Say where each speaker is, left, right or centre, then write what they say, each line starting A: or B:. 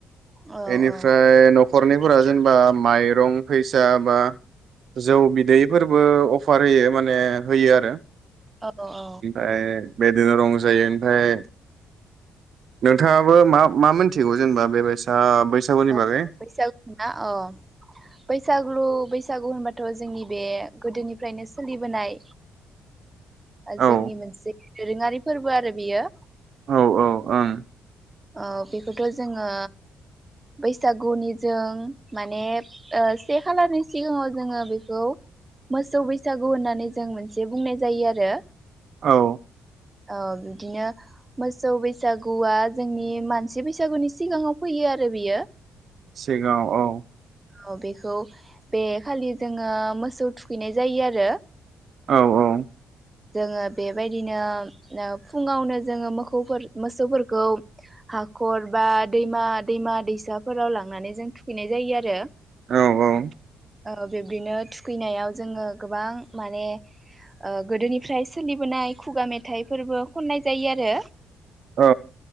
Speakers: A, on the right; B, on the right.
A: औ औ
B: बेनिफ्राय नख नखरनिफोरा जेनेबा माइरं फैसा बा जौ बिदैफोरबो अफार होयो माने होयो आरो <unintelligible>
A: औ औ
B: जायो ओमफ्राय नोंथा बो मा-मा मोनथिगौ जेनबा बेबायसा बैसागुनि
A: अ
B: बागै
A: बैसागु ना अ बैसागु-बैसागु होनबा थ जोंनि बे गोदोनिफ्रायनो सोलिबोनाय
B: औ
A: जोंनि मोनसे दोरोङारि फोर्बो आरो बियो।
B: औ-औ ओं।
A: ओ बेखौथ जोंङो बैसागुनि जों माने ओ से खालारनि सिगाङाव जोंङो बेखौ मोसौ बैसागु होननानै जों मोनसे बुंनाय जायो आरो।
B: औ
A: औ बिदिनो मोसौ बैसागुआ जोंनि मानसि बैसागुनि सिगाङाव फैयो आरो बियो।
B: सिगांआव औ।
A: औ बेखौ बे खालि जोंङो मोसौ थुखैनाय जायो आरो।
B: औ औ
A: जोंङो बेबायदिनो ओ फुङावनो जोंङो मोखौ मोसौफोरखौ हाखर बा दैमा-दैमा दैसाफोराव लांनानै जों थुखै थुखैनाय जायो आरो।
B: औ-औ
A: औ बिब्दिनो थुखैनायाव जोंङो गोबां माने ओ गोदोनिफ्राय सोलिबोनाय खुगा मेथाइफोरबो खननाय जायो आरो।
B: औ।